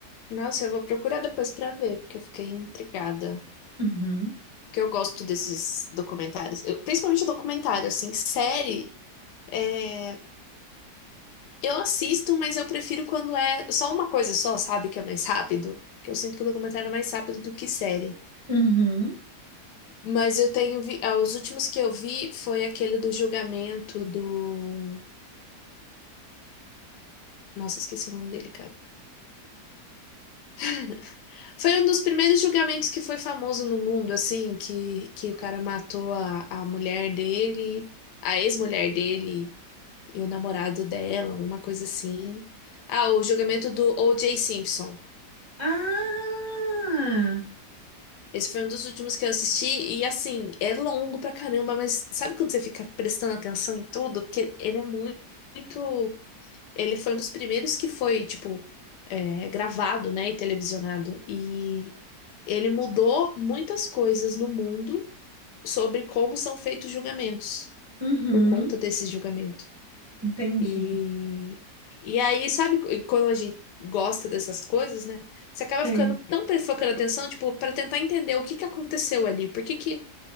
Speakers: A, on the left; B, on the right.
A: Nossa, eu vou procurar depois pra ver, porque eu fiquei intrigada.
B: Uhum.
A: que eu gosto desses documentários. Eu- principalmente documentário, assim, série. é, eu assisto, mas eu prefiro quando é só uma coisa só, sabe? Que é mais rápido. Que eu sinto que o documentário é mais rápido do que série.
B: Uhum.
A: Mas eu tenho vi... ah, os últimos que eu vi foi aquele do julgamento do. Nossa, esqueci o nome dele, cara. <laughs> Foi um dos primeiros julgamentos que foi famoso no mundo, assim, que, que o cara matou a, a mulher dele, a ex-mulher dele, e o namorado dela, uma coisa assim. Ah, o julgamento do O.J. Simpson.
B: Ah!
A: Esse foi um dos últimos que eu assisti, e assim, é longo pra caramba, mas sabe quando você fica prestando atenção em tudo? Porque ele é muito. muito- Ele foi um dos primeiros que foi, tipo, é, gravado, né, e televisionado. E ele mudou muitas coisas no mundo sobre como são feitos julgamentos,
B: Uhum.
A: por conta desses julgamentos.
B: Entendi.
A: E, e aí, sabe, qu- quando a gente gosta dessas coisas, né? Você acaba
B: Sei.
A: ficando tão pre- focando atenção, tipo, para tentar entender o que que aconteceu ali. Por que que.